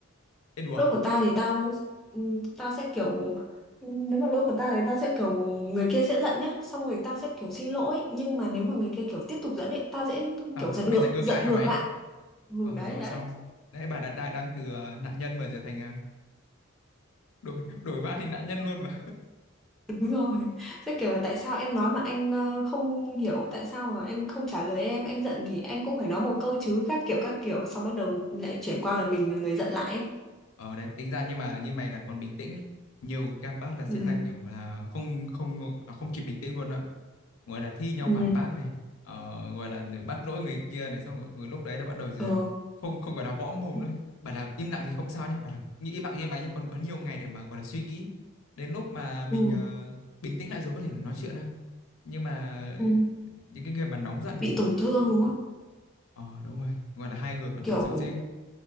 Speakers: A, on the left; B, in the centre.
A: Ê đùa
B: lỗi
A: à?
B: của tao thì tao ừ, tao sẽ kiểu ừ, nếu mà lỗi của tao thì tao sẽ kiểu người kia sẽ giận nhá xong rồi tao sẽ kiểu xin lỗi nhưng mà nếu mà người kia kiểu tiếp tục giận ấy tao sẽ
A: Ờ,
B: kiểu giận
A: mày
B: ngược
A: giận ngược
B: giận
A: lại hả
B: ngược
A: mày
B: lại ừ
A: Ờ,
B: đấy
A: rồi
B: đấy
A: xong đấy bà đã, đang đang từ ờ, nạn nhân mà trở thành ờ, đổi đổi vai thành nạn nhân luôn mà
B: Đúng rồi. Sẽ kiểu là tại sao em nói mà anh ờ, không hiểu tại sao mà anh không trả lời em, anh giận thì anh cũng phải nói một câu chứ các kiểu các kiểu xong bắt đầu lại chuyển qua là mình là người giận lại. ấy.
A: ờ đấy tính ra nhưng mà như mày là còn bình tĩnh ấy. nhiều cái capát là sẽ
B: Ừ.
A: là kiểu là không không à, không kịp bình tĩnh luôn á gọi là thi nhau
B: Ừ.
A: phản bác này ờ, gọi là bắt lỗi người kia này xong rồi, rồi lúc đấy đã bắt đầu rồi
B: Ờ.
A: không không gọi là võ mồm
B: Ừ.
A: thôi bà là im lặng thì không sao nhé bà là nghĩ im lặng như mày nhé còn có nhiều ngày để mà gọi là suy nghĩ đến lúc mà mình
B: Ừ.
A: ờ, bình tĩnh lại rồi có thể là nói chuyện ha nhưng mà
B: Ừ.
A: những cái người mà nóng giận thì
B: Bị tổn thương đúng không?
A: ờ đúng rồi gọi là hai người còn thật
B: Kiểu
A: sự sẽ,